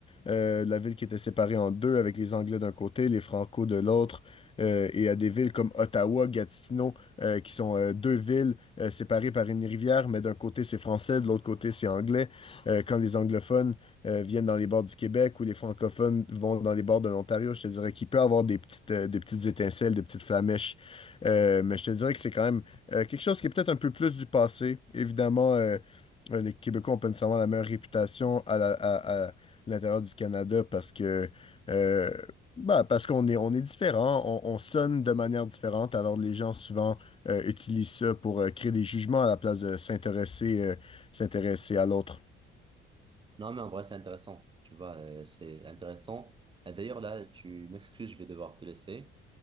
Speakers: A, on the left (about 25°); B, on the right (about 25°).
A: euh, la ville qui était séparée en deux avec les Anglais d'un côté, les Francos de l'autre, euh, et à des villes comme Ottawa, Gatineau, euh, qui sont euh, deux villes euh, séparées par une rivière, mais d'un côté c'est français, de l'autre côté c'est anglais. Euh, quand les anglophones euh, viennent dans les bords du Québec ou les francophones vont dans les bords de l'Ontario. Je te dirais qu'il peut avoir des petites, euh, des petites étincelles, des petites flamèches. Euh, mais je te dirais que c'est quand même euh, quelque chose qui est peut-être un peu plus du passé. Évidemment, euh, euh, les Québécois ont pas nécessairement la meilleure réputation à la- à- à l'intérieur du Canada parce que euh, bah, parce qu'on est, on est différent, on, on sonne de manière différente, alors les gens souvent euh, utilisent ça pour euh, créer des jugements à la place de s'intéresser euh, s'intéresser à l'autre.
B: Non, mais en vrai, c'est intéressant. Tu vois, euh, c'est intéressant. Et D'ailleurs, là, tu m'excuses, je vais devoir te laisser.